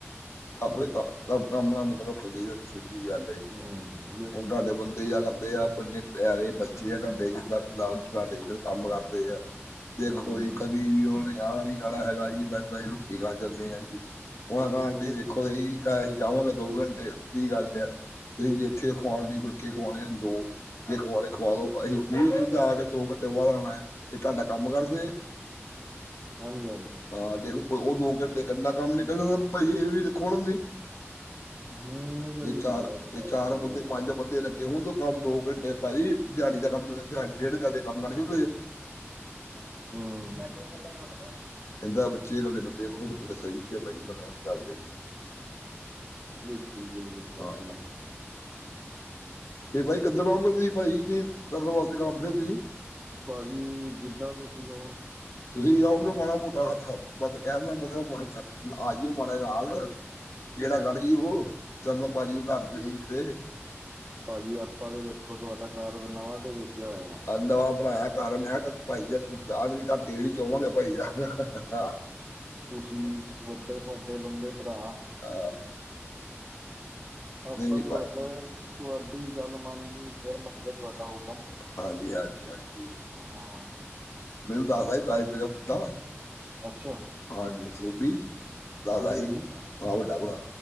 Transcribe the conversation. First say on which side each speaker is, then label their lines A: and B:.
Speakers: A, on the left; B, on the right.
A: ਆਪਣੀ ਕੰਮ -ਕਾਮ ਨਾਲ਼ ਮਤਲਬ ਰੱਖਣਾ ਚਾਹੀਦਾ ਸਿੱਧੀ ਗੱਲ ਹੈ ਜੀ।
B: ਹਮ।
A: ਹੁਣ ਤੁਹਾਡੇ ਬੰਦੇ ਯਾਦ ਆਂਦੇ ਆ। ਇੰਨੇ ਪਿਆਰੇ ਬੱਚੇ ਆ ਤੋਡੇ <unintelligible> ਘੰਟੇ 'ਚ ਕੰਮ ਕਰਦੇ ਆ। ਦੇਖੋ
B: ਹੂੰ
A: ਜੀ, ਕਦੀ ਵੀ ਉਹਨਾ ਨੇ ਆ ਨੀ ਕਹਿਣਾ, ਹੈਗਾ ਜੀ ਮੈਂ ਰੋਟੀ ਖਾਣ ਚੱਲੇ ਆ ਜੀ। ਉਨ੍ਹਾਂ ਕਹਿਣਾ
B: ਹੂੰ
A: ਆਂਟੀ
B: ਬਿਲਕੁਲ
A: ਦੇਖੋ, ਘਰ ਅਸੀ ਜਾਵਾਂਗੇ ਦੋ ਘੰਟੇ ਦੀ ਗੱਲ ਆ ਸਿੱਧੀ ਜੇ। ਛੇ ਖਵਾਣੇ ਨੀ, ਫੁਲਕੇ ਖਵਾਣੇ ਦੋ, ਖਵਾਣੇ ਲੋ ਅਸੀਂ ਮੈਨੂੰ ਸਮਝਾਇਆ ਕੇ ਦੋ ਘੰਟੇ ਬਾਅਦ ਆਣਾ ਤੇ, ਤੁਹਾਡਾ ਕੰਮ ਆ ਕਰਦੇ।
B: ' <inaudible> ' ਹਾਂਜੀ-ਹਾਂਜੀ।
A: ਅਹ ਦੇਖੋ, ਉਹ ਦੋ ਘੰਟੇ। ਕਿੰਨਾ ਕੰਮ ਨਿਕਲ ਜਾਂਦਾ ਭਾਈ, ਇਹ ਵੀ ਦੇਖੋ ਹਨਾ ਤੁਸੀਂ '
B: ਹੂੰ
A: <inaudible> '
B: ਨਿਕਲ
A: ਜੇ
B: ਹੀ
A: ਚਾਰ।
B: ਜਾਂਦਾ
A: ਜੇ
B: ਭਾਜੀ
A: ਚਾਰ ਬੰਦੇ,
B: ਯਾਰ
A: ਪੰਜ
B: ਤੇ।
A: ਬੰਦੇ ਲੱਗੇ ਹੋਣ, ਕੰਮ ਦੋ ਘੰਟੇ। ਭਾਜੀ ਇੱਕ ਦਿਹਾੜੀ ਦਾ ਕੰਮ ਦਿਹਾ ਡੇਢ ਦਿਹਾੜੀ ਕੰਮ ਬਣ ਜੋ।
B: ਹਮ' ' <unintelligible>
A: ਕਹਿੰਦਾ, ਬੱਚੇ ਇਕੱਲੇ ਬੰਦੇ ਬਹੁਤ ਸਹੀ ਐ, ਬਾਈ ਮੈਂ ਦੀ ਗੱਲ।
B: ' <inaudible> ' ਬਿਲਕੁੱਲ-ਬਿਲਕੁੱਲ ਕਰਦੇ
A: ਹਾਂ
B: ਐ।
A: ਫਿਰ ਭਾਈ ਕਿੱਦਣ ਆਓਗੇ, ਤੁਸੀ ਭਾਈ, ਕਰਨ ਵਾਸਤੇ ਕੰਮ ਫਿਰ ਤੁਸੀ?
B: ਭਾਂਜੀ, ਜਿੱਦਾਂ ਤੁਸੀ ਕਹੋ?
A: ਤੁਸੀ ਜਾਓਗੇ ਮਾੜਾ-ਮੋਟਾ ' <unintelligible> ' ਕਹਿਣ ਦਾ ਮਤਲਬ ਆਈ ਓ ਮਾੜਾ ਨਾਲ। ਗੇੜਾ ਕੱਢ ਜੀ ਓ, ਉਹ ਚਰਨ ਪਾ ਜੀ ਘਰ ਤੁਸੀ ਕਦੇ।
B: ਭਾਜੀ ਆਪਾਂ ਤੇ ਦੇਖੋ, ਤੁਹਾਡਾ ਘਾਰ ਨਵਾ ਤੇ ਵੇਖਿਆ ਹੋਇਆਂ।
A: ਨਵਾਂ ਬਣਾਇਆ। ਘਰ ਮੈਂ ਕਿਹਾ ਭਾਈ, ਦਾ ਆ ਆਧ ਪੱਕਾ ਤੇਲ ਹੀ, ਚੋਵਾਂਗੇ ਭਾਈ ਦਾ
B: ਜੀ ਵੱਡੇ ਸਾਡੇ ਬੰਦੇ, ਭਰਾ।
A: ਆ।
B: ਆਪਾਂ
A: ਨਹੀਂ
B: ਤੁਹਾਡਾ
A: ਪਰ
B: ਤੁਹਾਡੀ ਗੱਲ ਮੰਨ, ਲਈ ਸਿਰ ਮੱਥੇ ਤੁਹਾਡਾ ਹੁਕਮ।
A: ਹਾਂਜੀ-ਹਾਂਜੀ, ਹਾਂਜੀ।
B: ਹਾਂ।
A: ਮੈਨੂੰ ਦੱਸਦਾ ਸੀ, ਤਾਏ ਮੇਰੇ ਦਾ ਮੁੰਡਾ।
B: ' <inaudible> ' ਅੱਛਿਆ।
A: ਹਾਂਜੀ, ਸੋਢੀ ਦੱਸਦਾ ਸੀ।
B: ਹਾਂਜੀ
A: ਹਾਂ ਵੱਡਾ ਭਰਾ